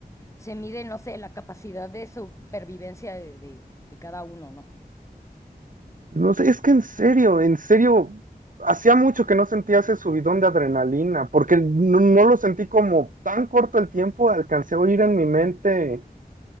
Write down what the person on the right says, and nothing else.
No sé, es que en serio, en serio, hacía mucho que no sentía ese subidón de adrenalina, porque no, no lo sentí como tan corto el tiempo, alcancé a oír en mi mente,